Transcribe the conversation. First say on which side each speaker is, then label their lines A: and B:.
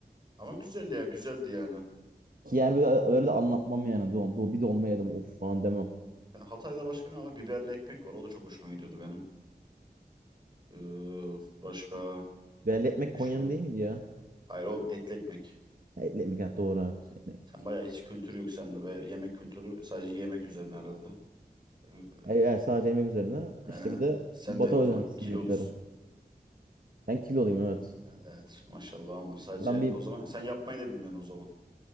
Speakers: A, on the right (about 25°); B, on the right (about 55°).
A: Ama güzel ya, güzeldi yani.
B: Ki yani böyle, öyle de anlatmam yani. Dol, dol- bir dolma yedim of falan demem.
A: Ha, Hatay'da başka ne var? Biberli ekmek var. O da çok hoşuma gidiyordu benim. Ee, başka
B: Belli ekmek
A: düşüneyim.
B: Konya'nın değil miydi ya?
A: Hayır o etli ekmek.
B: Ha, Etli ekmek ha, doğru evet. Etli ekmek.
A: Sen bayağı hiç kültür yok sende be. Yemek kültürü sadece yemek üzerine herhalde. Evet,
B: E, e, sadece yemek üzerine
A: Aynen.
B: işte bir de
A: Sen
B: Batı
A: de o
B: özenlisi
A: zaman kilolusun.
B: yemekleri. Ben kiloluyum evet.
A: Evet maşallah ama sadece
B: Ben bir
A: o zaman sen yapmayı da bilmiyorsun o zaman.